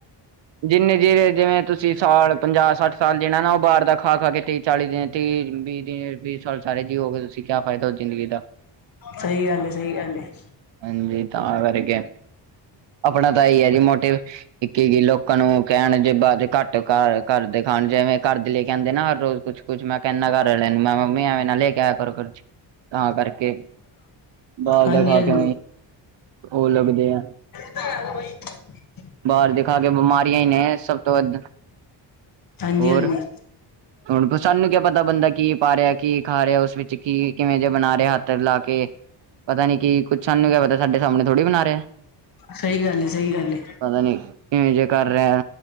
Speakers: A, on the right; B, on the left.
A: ਜਿੰਨੇ ਜਿਵੇੰ ਜਿਵੇਂ ਤੁਸੀਂ ਸਾਲ ਪੰਜਾਹ -ਸੱਠ ਸਾਲ ਜੀਣਾ ਨਾ, ਉਹ ਬਾਹਰ ਦਾ ਖਾ ਖਾ ਕੇ ਤੇੀਹ ਚਾਲੀ ਦਿਨ ਤੀਹ ਵੀਹ ਦਿਨ ਵੀਹ ਸਾਲ ਸਾਰੇ ਜੀ ਹੋ ਗਏ ਤੁਸੀਂ ਕਿਆ ਫਾਇਦਾ ਹੋ ਜ਼ਿੰਦਗੀ ਦਾ
B: ਸਹੀ ਗੱਲ ਹੈ ਸਹੀ ਗੱਲ ਏ
A: ਹਾਂਜੀ ਤਾਂ ਕਰਕੇ ਆਪਣਾ ਤਾਂਈ ਹੈ ਜੀ ਮੋਟਿਵ ਇੱਕ ਕੀ ਲੋਕਾਂ ਨੂੰ ਕਹਿਣ ਜੇ ਬਾ ਘੱਟ ਕਰ ਘਰ ਖਾਣ ਜਿਵੇਂ ਘਰਦੇ ਲ ਕਹਿੰਦੇ ਨਾ ਹਰ ਰੋਜ਼ ਕੁਛ ਕੁਛ ਮੈਂ ਕਹਨਾ ਘਰ ਆਲਿਆਂ ਨੂੰ ਮੈਂ ਮੰਮੀ ਐਵੇਂ ਨਾਲ ਲੈ ਕੇ ਆ ਕਰ ਘਰ ਚ ਤਾਂ ਕਰਕੇ ਬਾਹਰ
B: ਹਾਂਜੀ
A: ਦਾ ਖਾ
B: ਹਾਂਜੀ।
A: ਕੇਂ ਉਹ ਲੱਗਦੇ ਆ
B: <unintelligible>
A: ਬਾਹਰ ਦਿਖਾ ਕੇ ਬਿਮਾਰੀਆਂ ਹੀ ਨੇ ਸਭ ਤੋਂ ਵੱਧ
B: ਹਾਂਜੀ
A: ਹੋਰ
B: ਹਾਂਜੀ
A: ਹੁਣ ਸਾਨੂੰ ਕਿਆ ਪਤਾ ਬੰਦਾ ਕੀ ਪਾ ਰਿਹਾ ਕੀ ਖਾ ਰਿਹਾ ਉਸ ਵਿੱਚ ਕੀ ਕਿਵੇਂ ਜੇ ਬਣਾ ਰਿਹਾ ਹੱਥ ਲਾ ਕੇ ਪਤਾ ਨੀ ਕੀ ਕੁੱਛ ਸਾਨੂੰ ਕ ਪਤਾ ਸਾਡੇਾ ਸਾਹਮਣੇ ਥੋੜੀ ਬਣਾ ਰਿਹਾ
B: ਸਹੀ ਗੱਲ ਹੈ ਸਹੀ ਗੱਲ
A: ਪਤਾ ਨੀ ਕਿਵੇਂ ਜੇ ਕਰ ਰਿਹਾ